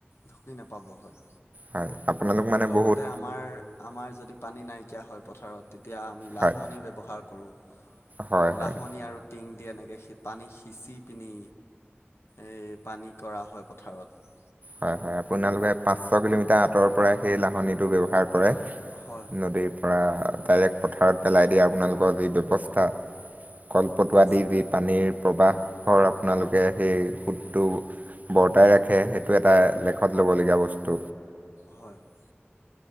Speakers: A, on the left; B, on the right.
A: ঢুকি নাপাব হয়-হয়
B: হয় আপোনালোক
A: আৰু
B: মানে
A: লগতে
B: বহুত
A: আমাৰ - আমাৰ যদি পানী নাই নকীয়া হয় পথাৰত তেতিয়া আমি লাহন
B: হয়
A: ব্যৱহাৰ কৰোঁ।
B: হয় হয়
A: লাহনী আৰু টিং দি এনেকে শ পানী সিঁচি পিনি এই পানী কৰা হয় পথাৰত।
B: হয়-হয় আপোনালোকে পাঁচ ছ কিলোমিটাৰ আঁতৰ পৰাই সেই লাহনিটো ব্যয়ৱহাৰ কৰে
A: হয় হয়
B: নদীৰ পৰা ডাইৰেক্ট পথাৰত পেলাই দিয়া আপোনালোকৰ যি ব্যৱস্থা, কলপটোৱা
A: আছে
B: দি যি পানীৰ প্ৰবাহৰ আপোনালোকে সেই সোঁতটো বৰ্তাই ৰাখে সেটো এটা লেখত ল'বলগীয়া বস্তু
A: হয় হয়।